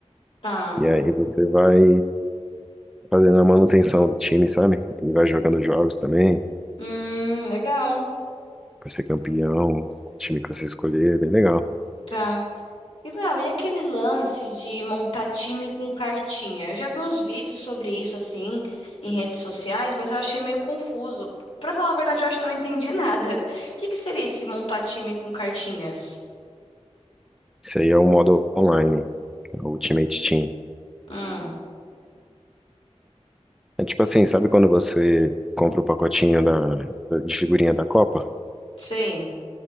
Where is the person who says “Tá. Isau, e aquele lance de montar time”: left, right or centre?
Left